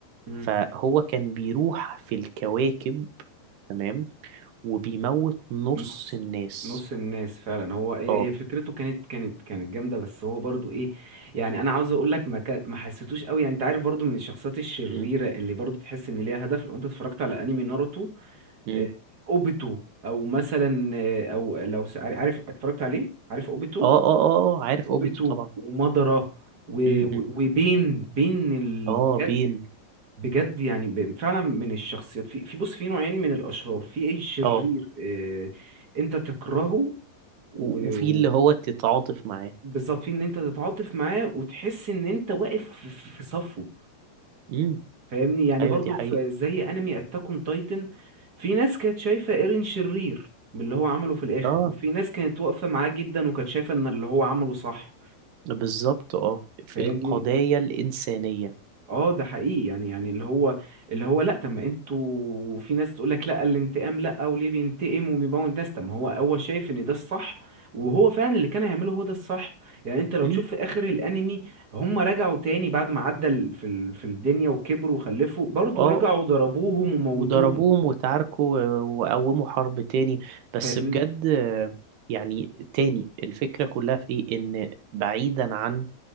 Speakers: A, on the right; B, on the right.
A: مم.
B: فهو كان بيروح في الكواكب تمام وبيموت نص
A: نص
B: الناس
A: نص الناس فعلا هو هي
B: اه
A: هي فكرته كانت كانت كانت جامده بس هو برضو ايه يعني انا عاوز اقول لك ما كا- ما حسيتوش قوي يعني انت عارف برضو من الشخصيات الشريره
B: م-
A: اللي برضو تحس ان ليها هدف لو انت اتفرجت على انمي ناروتو
B: م.
A: آه، اوبيتو او مثلا آه، او لو س- عارف اتفرجت عليه عارف اوبيتو
B: اه اه اه آه، عارف
A: اوبيتو
B: اوبيتو طبعا
A: ومادارا و-
B: م-
A: و-
B: م.
A: وبين بين ال...
B: اه
A: بجد
B: بين
A: بجد يعني ب- فعلا من الشخصيات في في بص في نوعين من الاشرار في ايه الشرير
B: اه
A: آه، انت تكرهه و-
B: و- وفي اللي هو تتعاطف معاه
A: وبالظبط في ان انت تتعاطف معاه وتحس ان انت واقف في في- في صفه
B: امم
A: فاهمني يعني
B: ايوه
A: برضو
B: دي حقيقة
A: في زي انمي اتاك اون تايتن في ناس كانت شايفة ايرين شرير من اللي هو عمله في الاخر
B: اه
A: وفي ناس كانت واقفة معاه جدا وكانت شايفة ان اللي هو عمله صح
B: بالظبط اه في
A: فاهمني
B: القضايا الإنسانية
A: اه ده حقيقي يعني يعني اللي هو اللي هو لا طب ما انتوا في ناس تقول لك لا الانتقام لا وليه بينتقم وبيموت ناس طب ما هو هو شايف ان ده الصح وهو فعلا اللي كان هيعمله هو ده الصح يعني انت لو
B: امم
A: تشوف في اخر الانمي هم رجعوا تاني بعد ما عدى ال- في ال- في الدنيا وكبروا وخلفوا برضه
B: اه
A: رجعوا ضربوهم وموتوهم
B: وضربوهم وتعاركوا و- وقوموا حرب تاني بس
A: فاهمني
B: بجد آه، يعني تاني الفكرة كلها في ايه ان بعيدا عن